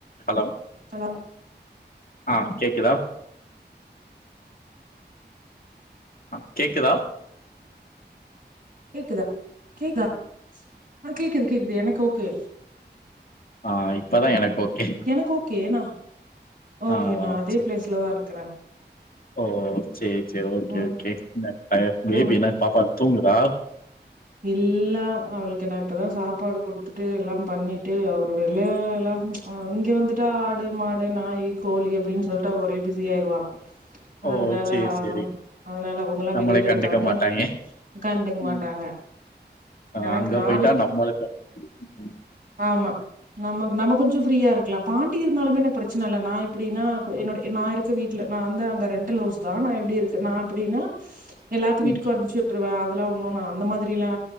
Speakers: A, on the left; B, on the right.
A: Hello
B: hello
A: ஆ கேக்குதா ஆ கேக்குதா
B: கேக்குதா கேக்குத ஆ கேக்குது கேக்குது எனக்கு ஓகே
A: ஆ இப்பதா எனக்கு ஓகே
B: எனக்கு ஓகே நா ஓகே
A: ஆ
B: நா அதே
A: செரி
B: பிளேஸ்லதா இருக்கறே
A: ஓ சேரி சே ஓகே
B: ம்
A: ஓகே ந பய பேபி
B: ம்
A: என்ன பாப்பா தூங்குதா
B: இல்ல அவளுக்கு நா இப்பதா சாப்பாடு குடுத்துட் டு எல்லாம் பண்ணிட்டு அவரு வெள்ளையெல்லாம் அ இங்க வந்துட்டா ஆடு மாடு நாய் கோழி எப்டின் சொல்ட்டு அவ ஒரே பிஸி ஆயிருவா
A: ஓ
B: அதனால
A: சேரி சேரி
B: அதனால அவுங்கலா
A: நம்மளே
B: வெளில
A: கண்டுக்க
B: இருக்காங்க
A: மாட்டாய்ங்க
B: உக்காந்துக் மாட்டாங்க
A: ம் ஆ
B: எனக்கு
A: அங்க
B: நாளைக்கி
A: போயிட்டா நம்மளுக்கு ம்
B: ஆமா நமக் நம்ம கொஞ்சோ ஃப்ரீயாருக்கலா பாண்டி இருந்தாலுமே எனக்கு பிரச்சனல்ல நா இப்டினா கு என்னோட நா இருக்க வீட் ட்ல நா வந்து அங்க ரெண்டல் ஹவுஸ்தா நா எப்டி இருக்குன் நா எப்டினா எல்லாத்து வீட்டுக்கு
A: ம்
B: அம்ச்சூட்ருவே அதுலா ஒன்னு நா அந்த மாதி ரிலா